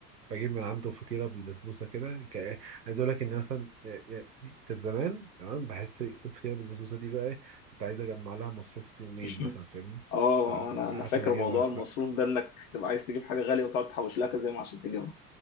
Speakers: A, on the right (about 80°); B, on the left (about 55°).
A: بجيب من عنده فطيره بالبسبوسه كده ك... عايز اقول لك ان مثلا آه، آه، كان زمان تمام بحس الفطيره بالبسبوسه دي بقى إيه، كنت عايز اجمع لها مصروف في يومين
B: <laughs>
A: مثلا فاهمني
B: اه
A: ف-
B: انا
A: عشان
B: انا فاكر
A: اجيبها
B: موضوع المصروف ده انك تبقى عايز تجيب حاجه غاليه وتقعد تحوش لها كذا يوم عشان تجيبها